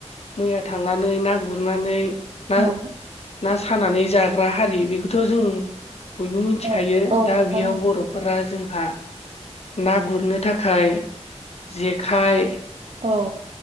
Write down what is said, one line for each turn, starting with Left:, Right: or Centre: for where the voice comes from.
Left: मैया थांनानै ना गुरनानै ना
Right: औ
Left: ना सानानै जाग्रा हारि बेख खोथ' जों बयबो मिनथिखायो
Right: औ औ
Left: दा
Right: नोंथां
Left: बेयाव बर'फोरा जोंहा ना गुरनो थाखाय जेखाइ
Right: औ